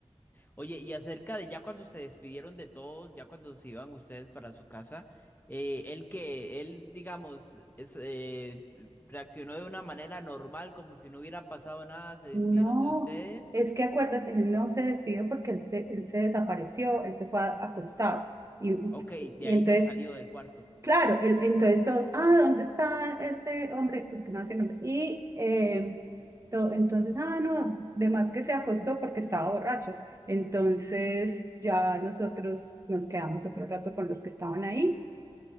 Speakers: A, on the left; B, on the right.
A: Oye, y acerca de ya cuando se despidieron de todos, ya cuando se iban ustedes para su casa, eh, él que, él, digamos, es, eh, reaccionó de una manera normal, como si no hubiera pasado nada, se despidieron
B: No,
A: de ustedes.
B: es que acuérdate, él no se despidió porque él se, él se desapareció, él se fue a acostar. Y,
A: Ok, de
B: y
A: ahí
B: entonces
A: no salió del cuarto.
B: Claro, el- entonces todos, ah, ¿dónde está este hombre? Pues que no sé el nombre. Y eh, to- entonces, ah, no, de más que se acostó porque estaba borracho. Entonces ya nosotros nos quedamos otro rato con los que estaban ahí